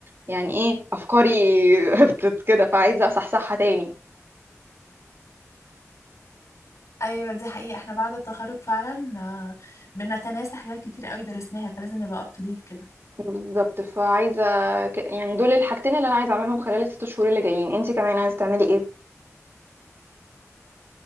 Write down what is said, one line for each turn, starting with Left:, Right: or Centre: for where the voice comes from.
Right: يعني ايه افكاري <laughs> هبطت كده فعايزه اصحصحها تاني
Left: ايوه دي حقيقة احنا بعد التخرج فعلا آه، بنتناسى حاجات كتير قوي درسناها فلازم نبقى up to date كده
Right: بالظبط فعايزه ك- يعني دول الحاجتين اللي انا عايزه اعملهم خلال الست شهور اللي جايين انتي كمان عايزه تعملي ايه